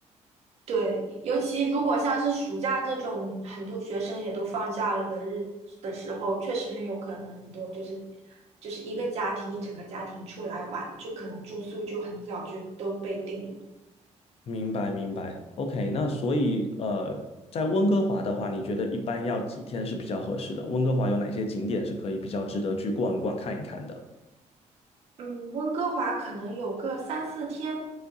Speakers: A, on the right; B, on the left.
A: 对，尤其如果像是暑假这种很多学生也都放假了的日的时候，确实很有可能很多就是就是一个家庭一整个家庭出来玩，就可能住宿就很早就都被定了。
B: 明白明白，OK，那所以呃，在温哥华的话，你觉得一般要几天是比较合适的？温哥华有哪些景点是可以比较值得去逛一逛、看一看的？
A: 嗯，温哥华可能有个三四天，